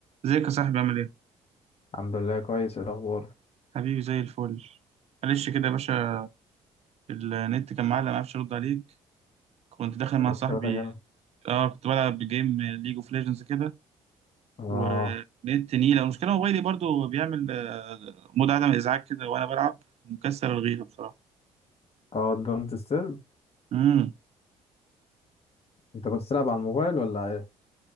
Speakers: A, on the right; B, on the left.
A: ازيك يا صاحبي عامل ايه؟
B: الحمد لله كويس إيه الاخبار
A: حبيبي زي الفل معلش كده يا باشا النت كان معلق معرفش ارد عليك كنت داخل مع
B: إيه
A: صاحبي
B: شغلك هنا
A: اه كنت بلعب جيم ليج اوف ليجندز كده
B: اه
A: ونت نيلة المشكلة موبايلي برضو بيعمل آه، مود عدم ازعاج كده وانا بلعب مكسر الغيبة بصراحة
B: اه دونت ديسترب
A: امم
B: انت كنت بتلعب على الموبايل ولا ايه